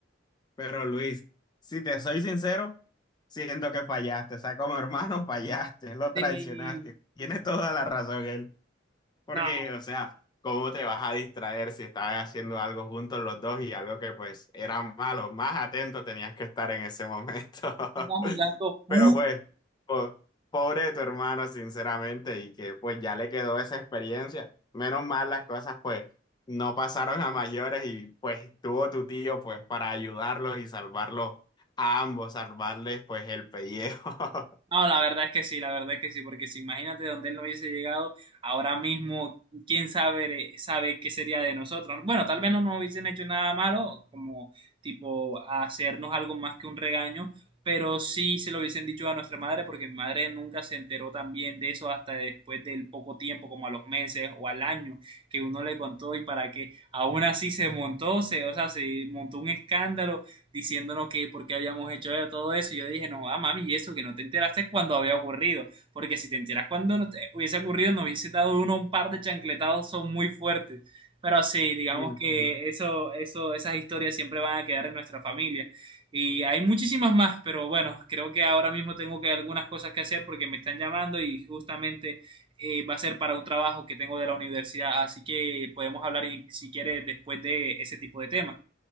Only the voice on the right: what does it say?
Sí,
no,
estaba
jugando fútbol.
No, la verdad es que sí, la verdad es que sí, porque si imagínate donde él no hubiese llegado, ahora mismo, quién sabe, sabe qué sería de nosotros. Bueno, tal vez no nos hubiesen hecho nada malo, como tipo hacernos algo más que un regaño, pero sí se lo hubiesen dicho a nuestra madre, porque mi madre nunca se enteró también de eso hasta después del poco tiempo, como a los meses o al año que uno le contó y para que aún así se montó, se, o sea, se montó un escándalo diciéndonos que por qué habíamos hecho todo eso. Yo dije, no, ah, mami, y eso, que no te enteraste cuando había ocurrido. Porque si te enteras cuando no te hubiese ocurrido, nos hubiese dado uno un par de chancletados, son muy fuertes. Pero sí, digamos
que eso, eso, esas historias siempre van a quedar en nuestra familia. Y hay muchísimas más, pero bueno, creo que ahora mismo tengo que algunas cosas que hacer porque me están llamando y justamente eh, va a ser para un trabajo que tengo de la universidad. Así que podemos hablar, y- si quieres, después de ese tipo de temas.